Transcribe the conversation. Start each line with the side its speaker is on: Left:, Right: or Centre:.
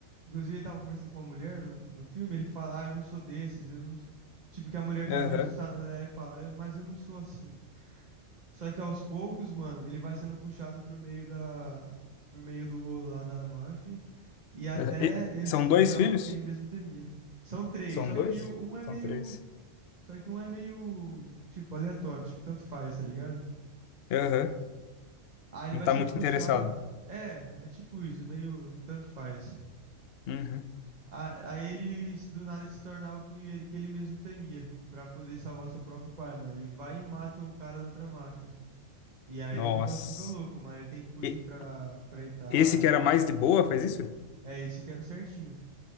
Right: Inclusive, ele tava conversando com uma mulher no, no filme, ele fala, ah, eu não sou desses, eu não sou. Tipo, que a mulher tava
Left: Aham,
Right: meio assustada, né? Ele fala, "Eu- mas eu não sou assim. Só que aos poucos, mano, ele vai sendo puxado pro meio da. pro meio do rolo lá da máfia. E até
Left: aham. E
Right: ele
Left: são
Right: se tornar
Left: dois filhos?
Right: o que ele mesmo temia. São três,
Left: São
Right: só
Left: dois?
Right: que um é
Left: São
Right: meio.
Left: três.
Right: Só que um é meio, tipo, aleatório, tipo, tanto faz, tá ligado?
Left: Aham,
Right: Aí ele
Left: não
Right: vai
Left: tá
Right: sendo
Left: muito
Right: puxado.
Left: interessado.
Right: É, é tipo isso, é meio tanto faz.
Left: Uhum.
Right: A- Aí ele, do nada, ele se torna o que ele, que ele mesmo temia, pra poder salvar seu próprio pai, mano. Ele vai e mata o cara da outra máfia. E aí
Left: Nossa.
Right: o negócio fica louco, mano. Ele tem que fugir
Left: E
Right: pra, pra Itália
Left: esse que era
Right: e tal.
Left: mais de boa faz isso?
Right: É, esse que era o certinho.